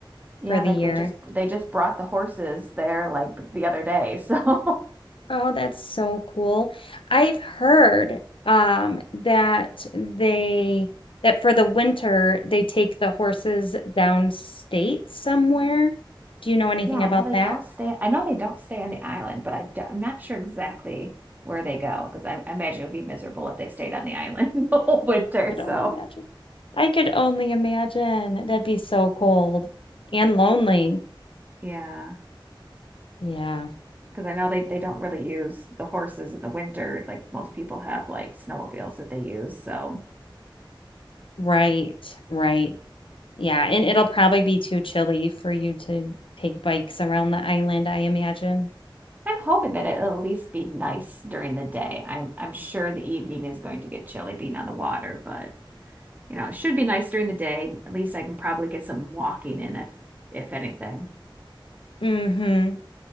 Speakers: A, on the right (about 20°); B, on the left (about 80°).
A: Yeah,
B: for the
A: like
B: year.
A: they just they just brought the horses there like the other day, so <laughs>
B: Oh, that's so cool. I've heard um that they that for the winter they take the horses downstate somewhere. Do you know anything
A: Yeah, I
B: about
A: know they
B: that?
A: don't stay. I know they don't stay on the island, but I d I'm not sure exactly where they go because I, I imagine it would be miserable if they stayed on the island <laughs> the whole winter.
B: I could
A: So
B: only imagine. I could only imagine. That'd be so cold and lonely.
A: yeah,
B: Yeah,
A: because I know they they don't really use the horses in the winter. Like most people have like snowmobiles that they use. So
B: right, right. Yeah, and it'll probably be too chilly for you to take bikes around the island, I imagine.
A: I'm hoping that it'll at least be nice during the day. I'm I'm sure the evening is going to get chilly being on the water, but you know, it should be nice during the day. At least I can probably get some walking in if if anything.
B: Mm-hmm.